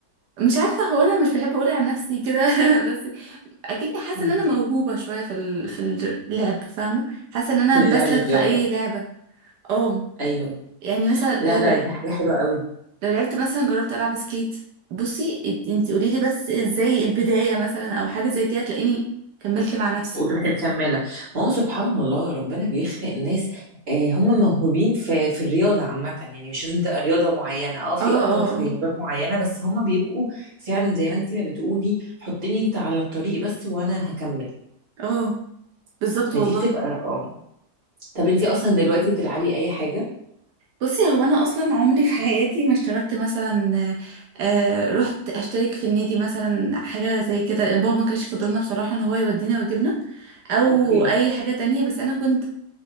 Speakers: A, on the right; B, on the right.
A: مش عارفة هو أنا مش بحب أقول عن نفسي كده <laughs> بس اكيدني حاسه
B: أمم.
A: ان انا موهوبه شويه في ال... في الج- اللعب فاهمه حاسه ان انا
B: في اللعب
A: بسلك
B: الرياضة
A: في اي لعبه اه
B: ايوه
A: يعني مثلا لو
B: لا
A: لعبت
B: لا دي حاجة حلوة قوي
A: لو لعبت مثلا جربت العب سكيت بصي انت قولي لي بس ازاي البدايه مثلا او حاجه زي كده تلاقيني كملت مع نفسي
B: وتروحي مكمله ما هو سبحان الله ربنا بيخلق ناس آه هم موهوبين في في الرياضه عامه يعني مش لازم تبقى رياضه معينه اه في
A: اه اه
B: ابطال في رياضات معينه بس هم بيبقوا فعلا زي ما انت ما بتقولي حطيني انت على الطريق بس وانا هكمل
A: اه اه بالظبط
B: فدي
A: والله
B: بتبقى اه طب انت اصلا دلوقتي بتلعبي اي حاجه
A: بصي هو انا اصلا عمري في حياتي ما اشتركت مثلا آه رحت اشترك في النادي مثلا حاجه زي كده لان بابا ما كانش فضلنا بصراحه ان هو يودينا ويجيبنا او
B: اوكي
A: اي حاجه تانية بس انا كنت